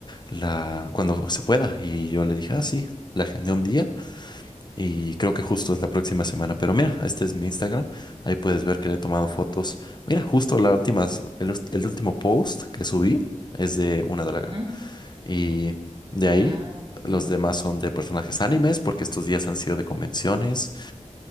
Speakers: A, on the left; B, on the right.
A: la, cuando se pueda. Y yo le dije, ah, sí. La agendé un día. Y creo que justo es la próxima semana. Pero mira, este es mi Instagram. Ahí puedes ver que le he tomado fotos. Mira, justo la últimas, el, ult- el último post que subí es de una draga.
B: Ajá.
A: Y de ahí,
B: Ah, sí.
A: los demás son de personajes animes, porque estos días han sido de convenciones.